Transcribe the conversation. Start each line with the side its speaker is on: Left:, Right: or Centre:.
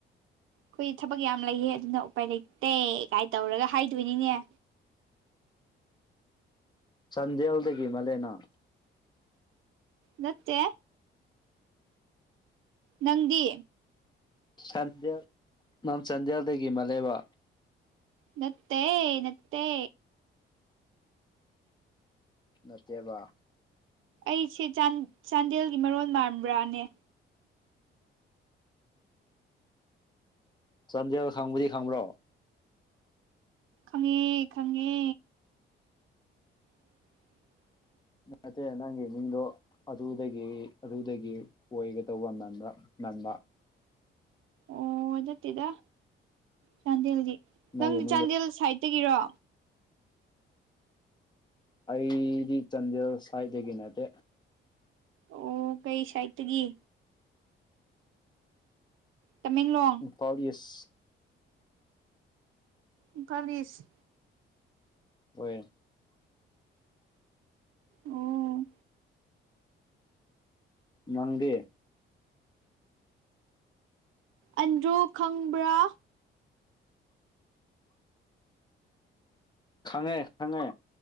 Right: ꯑꯩꯈꯣꯏ ꯊꯕꯛ ꯌꯥꯝ ꯂꯩꯌꯦ ꯑꯗꯨꯅ ꯎꯄꯥꯏ ꯂꯩꯇꯦ ꯀꯥꯏꯅ ꯇꯧꯔꯒ ꯍꯥꯏꯗꯣꯏꯅꯤꯅꯦ
Left: ꯆꯥꯟꯗꯦꯜꯗꯒꯤ ꯃꯥꯜꯂꯦ ꯅꯪ
Right: ꯅꯠꯇꯦ ꯅꯪꯗꯤ
Left: ꯆꯥꯟꯗꯦꯜ ꯅꯪ ꯆꯥꯟꯗꯦꯜꯗꯒꯤ ꯃꯥꯜꯂꯦꯕ
Right: ꯅꯠꯇꯦ ꯅꯠꯇꯦ
Left: ꯅꯠꯇꯦꯕ
Right: ꯑꯩꯁꯦ ꯆꯥꯟꯗꯦꯜꯒꯤ ꯃꯔꯣꯟ ꯃꯥꯟꯕ꯭ꯔꯥꯅꯦ
Left: ꯆꯥꯟꯗꯦꯟ ꯈꯪꯕꯨꯗꯤ ꯈꯪꯕ꯭ꯔꯣ
Right: ꯈꯪꯉꯦ ꯈꯪꯉꯦ <unintelligible>
Left: ꯅꯠꯇꯦ ꯅꯪꯒꯤ ꯃꯤꯡꯗꯣ ꯑꯗꯨꯗꯒꯤ ꯑꯗꯨꯗꯒꯤ ꯑꯣꯏꯒꯗꯧꯕ ꯃꯥꯟꯕ ꯃꯥꯟꯕ
Right: ꯑꯣ ꯅꯠꯇꯦꯗ ꯆꯥꯟꯗꯦꯜꯒꯤ ꯅꯪꯗꯤ
Left: ꯅꯪꯒꯤ ꯃꯤꯡꯗꯣ
Right: ꯆꯥꯟꯗꯦꯜ ꯁꯥꯏꯠꯇꯒꯤꯔꯣ
Left: ꯑꯩꯗꯤ ꯆꯥꯟꯗꯦꯜ ꯁꯥꯢꯠꯗꯒꯤ ꯅꯠꯇꯦ
Right: ꯑꯣ ꯀꯔꯤ ꯁꯥꯏꯠꯇꯒꯤ ꯇꯃꯦꯡꯂꯣꯡ
Left: ꯢꯝꯐꯥꯜ ꯢꯁ
Right: ꯢꯝꯐꯥꯜ ꯢꯁ
Left: ꯑꯣꯏ
Right: ꯑꯣ
Left: ꯅꯪꯗꯤ
Right: ꯑꯟꯗ꯭ꯔꯣ ꯈꯪꯕ꯭ꯔꯥ
Left: ꯈꯪꯉꯦ ꯈꯪꯉꯦ